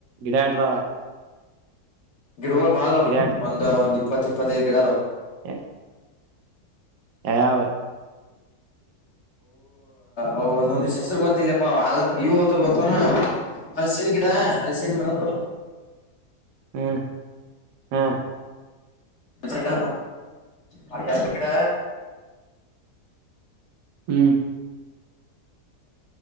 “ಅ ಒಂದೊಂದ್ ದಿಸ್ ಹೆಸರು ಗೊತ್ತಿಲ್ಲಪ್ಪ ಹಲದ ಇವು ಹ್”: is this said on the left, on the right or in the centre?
Left